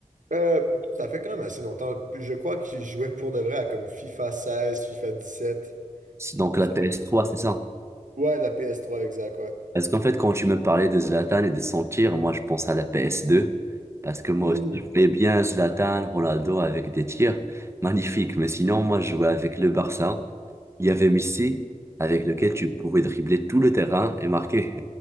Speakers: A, on the right; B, on the right.
A: Euh, ça fait quand même assez longtemps. Je crois que j'y jouais pour de vrai à comme FIFA seize FIFA dix sept
B: C'est Donc la
A: Ça
B: PS3,
A: fait.
B: c'est ça?
A: Ouais, la ps trois exact, ouais.
B: Parce qu'en fait, quand tu me parlais de Zlatan et de son tir, moi, je pense à la PS2. Parce que moi
A: Hmm.
B: aussi, je voyais bien Zlatan, Ronaldo avec des tirs magnifiques. Mais sinon, moi, je jouais avec le Barça. Il y avait Messi, avec lequel tu pouvais dribbler tout le terrain et marquer.